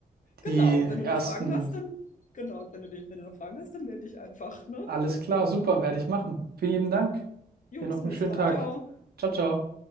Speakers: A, on the left; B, on the right.
A: genau.
B: Die
A: Und wenn du
B: ersten,
A: noch Fragen hast, dann, genau, wenn du, wenn du noch Fragen hast, dann melde dich einfach, ne?
B: alles klar, super, werde ich machen. Vielen lieben Dank.
A: Jo,
B: Dir
A: bis
B: noch
A: zum
B: einen
A: nächsten
B: schönen
A: Mal.
B: Tag.
A: Ciao.
B: Ciao, ciao.